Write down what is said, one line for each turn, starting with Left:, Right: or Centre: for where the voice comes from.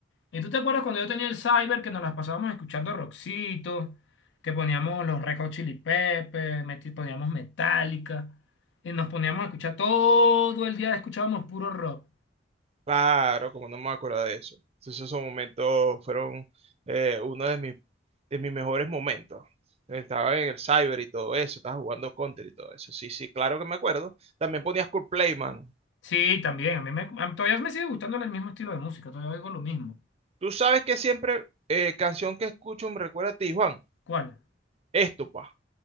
Left: ¿Y tú te acuerdas cuando yo tenía el cyber que nos las pasábamos escuchando rockcito, que poníamos los Red Hot Chili Peppers, meti- poníamos Metallica, y nos poníamos a escuchar todo el día, escuchábamos puro rock?
Right: claro, como no me acuerdo de eso. Entonces esos momentos fueron eh, uno de mis, de mis mejores momentos. Estaba en el cyber y todo eso, estaba jugando Counter y todo eso. Sí, sí, claro que me acuerdo. También ponías Cool Play, mano.
Left: Sí, también, a mí me, a- todavía me sigue gustando el mismo estilo de música, todavía oigo lo mismo.
Right: Tú sabes que siempre eh, canción que escucho me recuerda a ti, Juan.
Left: ¿Cuál?
Right: Esto, pa.